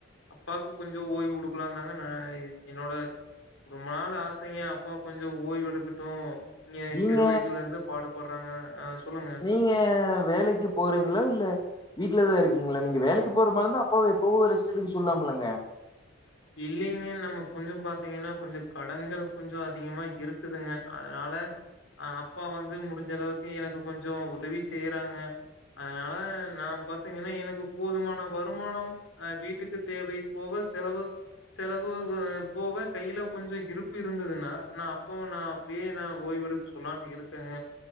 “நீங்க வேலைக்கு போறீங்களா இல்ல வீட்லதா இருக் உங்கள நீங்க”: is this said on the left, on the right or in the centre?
Left